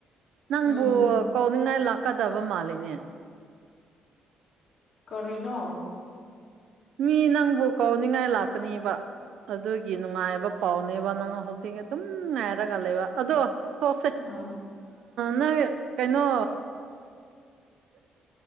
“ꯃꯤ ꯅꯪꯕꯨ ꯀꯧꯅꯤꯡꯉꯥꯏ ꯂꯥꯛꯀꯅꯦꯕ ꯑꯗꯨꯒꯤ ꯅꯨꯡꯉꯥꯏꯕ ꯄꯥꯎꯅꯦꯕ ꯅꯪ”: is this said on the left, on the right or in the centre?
Right